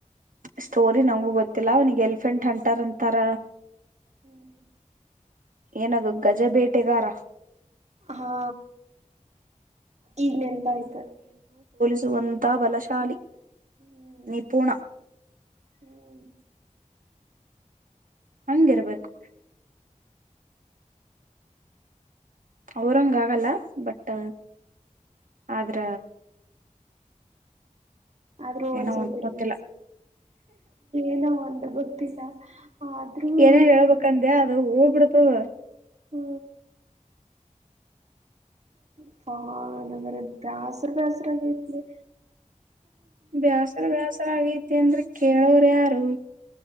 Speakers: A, on the right; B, on the right.
A: ಸ್ಟೋರಿ ನಮಗೂ ಗೊತ್ತಿಲ್ಲ ಅವನಿಗೆ ಎಲಿಫೆಂಟ್ ಅಂಟಾರ್ ಅಂತಾರ
B: ಹ್ಮ್
A: ಏನದು ಗಜ ಬೇಟೆಗಾರ
B: ಹಾ ಈಗ ನೆನಪಾಯ್ತು
A: ಬಲವಂತ ಬಲಶಾಲಿ
B: ಹ್ಮ್
A: ನಿಪುಣ
B: ಹ್ಮ್
A: ಹಂಗಿರ್ಬೇಕು ಅವರಂಗ ಆಗಲ್ಲ ಬಟ್ ಆದ್ರ
B: ಆದ್ರೂ ಒಂದ್
A: ಏನೋ
B: ಸ್ವಲ್ಪ ಇರ್ಬೇಕ
A: ಗೊತ್ತಿಲ್ಲ
B: ಏನೋ ಒಂದ ಗೊತ್ತಿಲ್ಲ ಆದ್ರೂ
A: ಏನೇನ್
B: ಹ್ಮ್
A: ಹೇಳ್ಬೇಕಂದ ಅದು ಹ ಕೊಡತದೆ
B: ಹ್ಮ ಪ್ಪಾನ ಬರ ಬ್ಯಾಸರ ಬ್ಯಾಸರಾಗತಲಿ
A: ಬೇಾಸರ ಬಳ್ಾಸರ ಆಗೈತಿ ಅಂದ್ರೆ ಕೇಳೋರ ಯಾರು